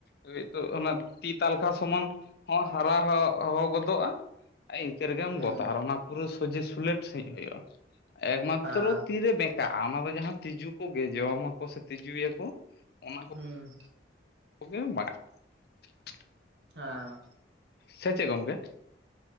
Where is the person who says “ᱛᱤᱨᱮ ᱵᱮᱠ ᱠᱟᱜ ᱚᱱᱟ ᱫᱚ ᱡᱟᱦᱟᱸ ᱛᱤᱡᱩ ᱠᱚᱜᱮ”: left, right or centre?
Left